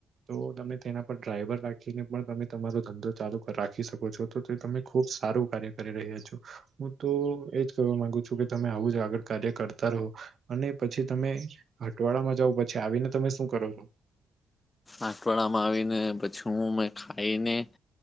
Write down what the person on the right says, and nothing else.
તો તમે તેના પર ડ્રાઈવર રાખીને પણ તમે તમારો ધંધો ચાલુ રાખી શ તમે ખુબ સારું કાર્ય કરી રહ્યા છો હું તો એજ ક માંગુ છું કે. તમે આવું જ આગળ કાર્ય કરતા રહો અને પછી તમે હટવાડામાં જઓ પછી આવીને તમે શું? કરવો.